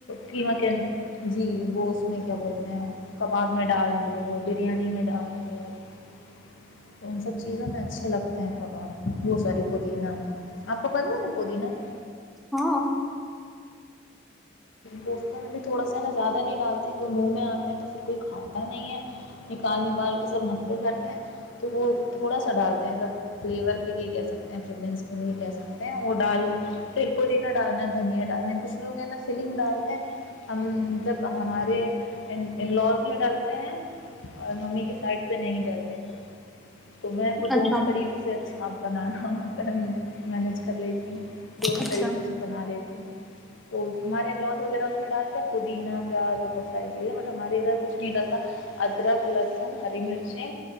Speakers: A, on the left (about 75°); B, in the centre.
A: کیا کی <inaudible> جی بوس میں کیا بولتے ہیں کباب میں ڈال دو بریانی میں ڈال دو <inaudible> تو ان سب چیزوں میں اچھے لگتے ہیں کباب وہ ساری پودینہ آپ کو پتاہ ہے نا پودینہ <inaudible>
B: ہاں
A: گوفتہ میں بھی تھوڑا سا نا زیادہ نہیں ڈالتی وہ منہ میں آتے ہیں تو پھر کوئی کھاتا نہیں ہے نکال نکال کے سب نخرے کرتے ہیں تو وہ تھوڑا سا ڈالتے ہیں سب فلیور کے لیے کہہ سکتے ہیں فنس کے لیے کہہ سکتے ہیں وہ ڈالوں پھر پودینہ ڈالنا دھنیا ڈالنا ہے <inaudible> کچھ لوگ ہیں نا فیلنگ ڈالتے ہیں ہم مطلب ہمارے لوز میں ڈلتے ہیں اور ممی کی سائڈ پہ نہیں ڈلتے تو میں کو دونوں
B: اچھا
A: طریقے سے اچھا بنانا م مینج کر لیتی ہ <inaudible> دونوں
B: اچھا
A: طریقے سے بنا لیتی تو ہمارے انوس وغیرہ اس میں ڈالتے ہیں پودینہ پیاز اور بہت ساری چیزیں بٹ ہمارے ادھر کچھ نہیں ڈلتا ادرک لہسن ہری مرچیں